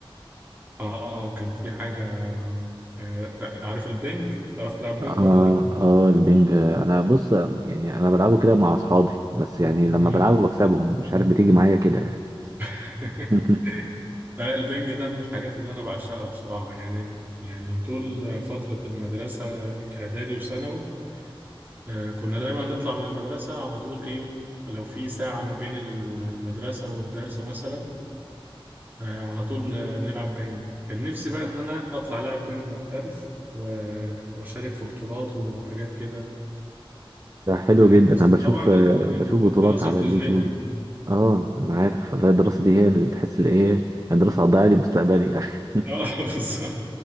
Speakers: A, on the right (about 20°); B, on the right (about 35°).
A: آه وكان في حاجة آه، تع- عارف البنج تعرف تلعب بنج
B: اه
A: ولا لأ؟
B: اه البنج انا بص يعني انا بلعبه كده مع اصحابي بس يعني لما
A: مم.
B: بلعبه بكسبهم مش عارف بتيجي معايا كده يعني
A: <laughs>
B: <laughs>
A: لا البنج ده من الحاجات اللي أنا بعشقها بصراحة يعني يعني طول فترة المدرسة إعدادي وثانوي آه، كنا دايما نطلع من المدرسة على طول إيه لو في ساعة ما بين المدرسة والدرس مثلا آه، على طول ن- نلعب بينج كان نفسي بقى ان انا اطلع لاعب بينج محترف و- واشارك في بطولات وحاجات كده
B: ده حلو
A: آه،
B: جدا
A: بس
B: انا بشوف
A: طبعا ال-
B: آه،
A: يعني
B: بشوف بطولات
A: الدراسة
B: على
A: بتشغلنا
B: اليوتيوب اه انا عارف والله الدراسه دي هي اللي تحس اللي ايه الدراسه هتضيع لي مستقبلي <laughs>
A: اه <laughs> بالظبط